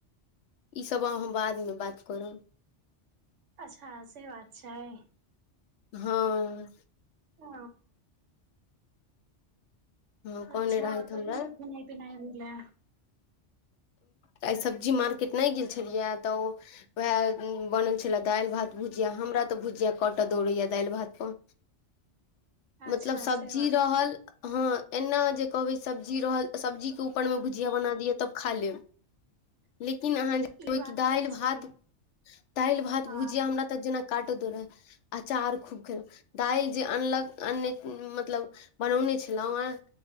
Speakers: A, on the left (about 75°); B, on the right (about 80°).
A: इसब अहाँ बादमे बात करब।
B: अच्छा से बात छैय।
A: हँ
B: ओ
A: हँ कहने
B: अच्छा
A: रहथि
B: आओर कथी
A: हमरा
B: सब खेनाइ पिनाइ भेलै?
A: आइ सब्जी मार्केट नहि गेल छलियै त वएह बनल छले दालि भात भूज जिया हमरा त भुजिया कट दौड़ैया दालि भात पर।
B: अच्छा
A: मतलब सब्जी
B: से बात
A: रहल हँ एना जे कहबै सब्जी रहल सब्जी के ऊपर मे भुजिया बना दिय तब खा लेब लि किन अहाँ
B: ई
A: बै
B: बात
A: कि दालि
B: होइ छै
A: भात दालि भात
B: हँ
A: भुजिया हमरा त जेना काट दो रहे अचार खूब खेलौ दालि जे अनलक अनने मतलब बनौन नहि छलहु ह